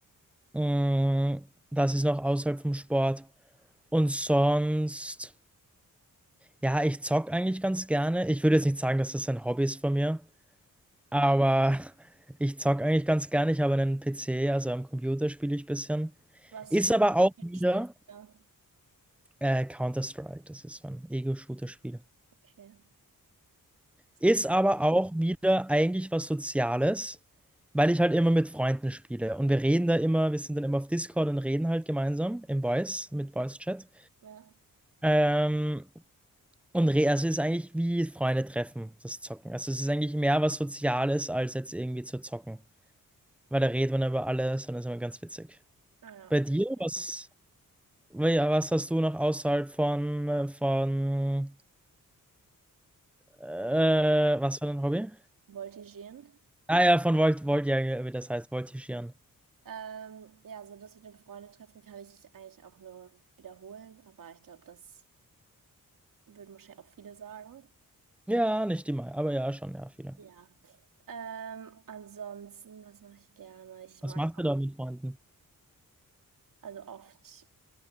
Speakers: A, in the centre; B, on the right.
A: Mm, Das ist noch außerhalb vom Sport. Und sonst, ja, ich zock eigentlich ganz gerne. Ich würde jetzt nicht sagen, dass das ein Hobby ist von mir, aber <laughs> ich zock eigentlich ganz gerne. Ich habe einen PC, also am Computer spiele ich ein bisschen.
B: Was
A: Ist
B: für
A: aber auch
B: Spiele
A: wieder
B: spielst du? da?
A: äh, Counter-Strike. Das ist so ein Ego-Shooter-Spiel.
B: Okay, das
A: Ist
B: kennt
A: aber auch wieder eigentlich was Soziales, weil ich halt immer mit Freunden spiele. Und wir reden da immer, wir sind dann immer auf Discord und reden halt gemeinsam im Voice, mit Voice-Chat.
B: ja.
A: Ähm, und re also es ist eigentlich wie Freunde treffen, das Zocken. Also es ist eigentlich mehr was Soziales, als jetzt irgendwie zu zocken. Weil da redet man über alles und das ist immer ganz witzig.
B: Ah
A: Bei dir,
B: ja.
A: was,
B: ja.
A: ja, was hast du noch außerhalb von, äh, von äh, was war dein Hobby?
B: Voltigieren.
A: Ah ja, von Volt, Volt, ja, wie das heißt, voltigieren.
B: Ähm, ja, also das mit dem Freundetreffen kann ich eigentlich auch nur wiederholen, aber ich glaube, das würden wahrscheinlich auch viele sagen.
A: Ja, nicht immer, aber ja, schon, ja, viele.
B: Ja. Ähm, ansonsten, was mache ich gerne? Ich
A: Was
B: mag
A: macht
B: auch,
A: ihr da mit Freunden?
B: also oft